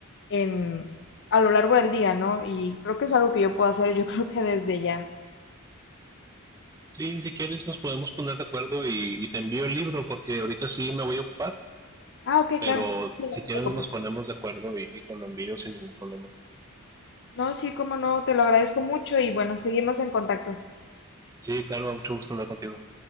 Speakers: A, on the left; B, on the right.
A: en, a lo largo del día, ¿no? Y creo que es algo que yo puedo hacer, yo <laughs> creo que desde ya.
B: Sí, si quieres nos podemos poner de acuerdo y, y te envío el libro porque ahorita sí me voy a ocupar,
A: Ah, ok,
B: Pero
A: claro. Sí,
B: si
A: no te
B: quieres
A: preocupes.
B: nos ponemos de acuerdo y, y te lo envío sin ningún problema. Karina.
A: No, sí, cómo no, te lo agradezco mucho y bueno, seguimos en contacto.
B: Sí, claro, mucho gusto hablar contigo.